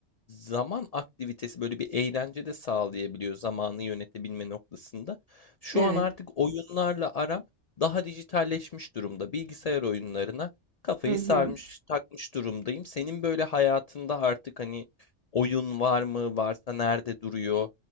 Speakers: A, on the left (about 85°); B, on the right (about 75°).
A: zaman aktivitesi böyle bir eğlence de sağlayabiliyor zamanı yönetebilme noktasında. Şu
B: Evet.
A: an artık oyunlarla aram daha dijitalleşmiş durumda. Bilgisayar oyunlarına Kafayı
B: Hı hı.
A: sarmış, takmış durumdayım. Senin böyle hayatında artık hani oyun var mı? Varsa nerede duruyor?